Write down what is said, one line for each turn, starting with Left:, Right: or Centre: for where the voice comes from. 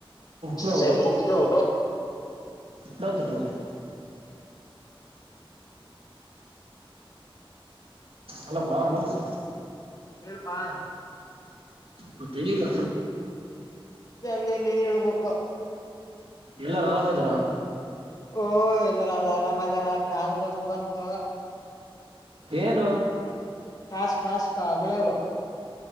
Right: ಬ್ರೋ
Left: ಹೇ <unintelligible>
Right: ಡನ್ ಸರ್ಟ್ಡನ್ ಸೆಟ್ ಅಲ್ಲ ವಾಹ ನಮಸ್ಕಾರ
Left: ಬನ್ <inaudible>
Right: ಮತ್ತೆ ಇನ್ನಿಂದ
Left: ಹಂಗೆ ನೀನ್ ಹೇಳ್ಬಬೇಕ ಹ
Right: ಎಲ್ಲಾರು ಆರಾಮ ಇದ್ದಾರಾ
Left: ಓ ಎಲ್ಲರ ಅದ ಆರಾಮ್ದಾರ ಕಾದ್ರ ಬಂದ ಬಂತು
Right: ಏನು
Left: ಾಸ್ ತ್ರಾಸಕಾ ಗುಳಾವ